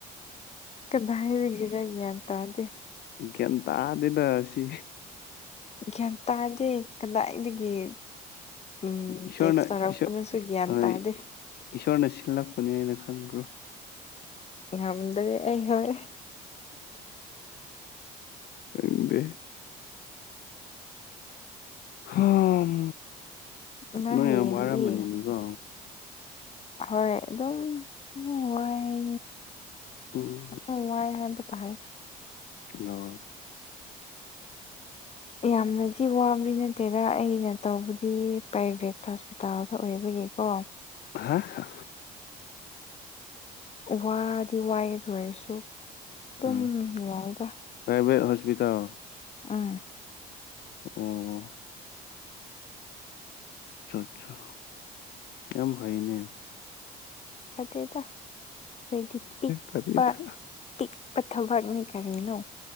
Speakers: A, on the left; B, on the left.
A: ꯀꯗꯥꯏ ꯍꯥꯏꯗꯒꯦꯔ ꯒ꯭ꯌꯥꯟ ꯇꯥꯗꯦ
B: ꯒ꯭ꯌꯥꯟ ꯇꯥꯗꯦꯗ ꯑꯁꯤ
A: ꯒ꯭ꯌꯥꯟ ꯇꯥꯗꯦ ꯀꯗꯥꯏꯗꯒꯤ ꯎꯝ
B: ꯏꯁꯣꯔꯅ
A: ꯇꯦꯛꯁ ꯇꯥꯔꯛꯄꯅꯁꯨ
B: ꯏꯁꯣꯔ
A: ꯒ꯭ꯌꯥꯟ
B: ꯍꯣꯏ
A: ꯇꯥꯗꯦ
B: ꯏꯁꯣꯔꯅ ꯁꯤꯜꯂꯛꯄꯅꯦꯅ ꯈꯟꯕ꯭ꯔꯣ
A: ꯉꯥꯝꯗꯔꯦ ꯑꯩꯍꯣꯏ
B: ꯈꯪꯗꯦ ꯍꯝ
A: ꯅꯪ
B: ꯅꯣꯏ
A: ꯍꯌꯦꯡꯗꯤ
B: ꯌꯥꯝ ꯋꯥꯔꯝꯃꯅꯤꯅꯤꯀꯣ
A: ꯍꯣꯏ ꯑꯗꯨꯝ ꯅꯨꯡꯉꯥꯏ
B: ꯎꯝ
A: ꯑꯣ ꯋꯥꯏ ꯍꯥꯏꯕ ꯇꯥꯔꯦ
B: ꯉꯣ
A: ꯌꯥꯝꯅꯗꯤ ꯋꯥꯕꯗꯤ ꯅꯠꯇꯦꯗ ꯑꯩꯅ ꯇꯧꯕꯗꯤ ꯄ꯭ꯔꯥꯏꯚꯦꯠ ꯍꯣꯁꯄꯤꯇꯥꯜꯗ ꯑꯣꯏꯕꯒꯤꯀꯣ
B: ꯍꯥ ꯍꯥ
A: ꯋꯥꯗꯤ ꯋꯥꯏ ꯑꯗꯨ ꯑꯣꯏꯔꯁꯨ ꯇꯨꯝ
B: ꯑ
A: ꯌꯥꯏꯗ
B: ꯄ꯭ꯔꯥꯏꯚꯦꯠ ꯍꯣꯁꯄꯤꯇꯥꯜ
A: ꯑꯥ
B: ꯑꯣ ꯑ ꯑꯠꯆꯥ ꯌꯥꯝ ꯐꯩꯅꯦ
A: ꯐꯠꯇꯦꯗ ꯍꯣꯏꯗꯤ ꯄꯤꯛꯄ
B: ꯐꯅꯤꯗ
A: ꯇꯤꯛꯄ ꯊꯕꯛꯅꯤ ꯀꯔꯤꯅꯣ